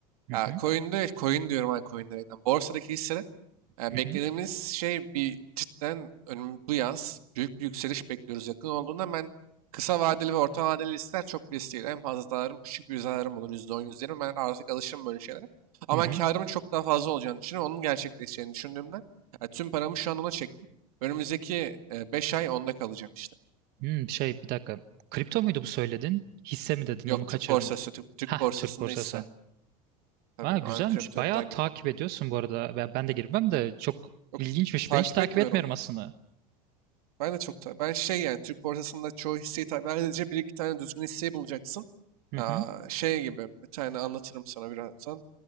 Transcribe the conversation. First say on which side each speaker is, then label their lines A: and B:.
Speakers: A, on the right; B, on the right.
A: hı
B: Ya
A: hı
B: coin'de coin diyorum ha coin demekten. Borsadaki hisse e,
A: hı hı.
B: beklediğimiz şey bir cidden önüm- bu yaz büyük bir yükseliş bekliyoruz yakın olduğundan ben kısa vadeli ve orta vadeli listeler çok risk değil. En fazla zararım küçük bir zararım olur yüzde on, yüzde yirmi. ben artık alışım böyle şeylere. Ama
A: hı hı.
B: ben karımın çok daha fazla olacağını düşünüyorum. Onun gerçekleşeceğini düşündüğümden e, tüm paramı şu an ona çektim. Önümüzdeki 5 ay onda kalacağım işte.
A: Hmm, şey bir dakika. Kripto muydu bu söyledin? Hisse mi dedin?
B: Yok
A: Onu kaçırdım.
B: Türk borsası, Türk, Türk
A: Hah,
B: borsasında
A: Türk borsası.
B: hisse. Tabii
A: Ha, güzelmiş.
B: ben kriptoya
A: Bayağı
B: bir daha girmem.
A: takip ediyorsun bu arada. Ben, ben de girmem de çok
B: Yok
A: ilginçmiş.
B: takip
A: Ben hiç takip
B: etmiyorum.
A: etmiyorum aslında.
B: Ben de çok ta- ben şey yani Türk borsasında çoğu hisseyi tabii sadece bir iki tane düzgün hisseyi bulacaksın.
A: Hı hı.
B: Ya şey gibi bir tane anlatırım sana birazdan. Ya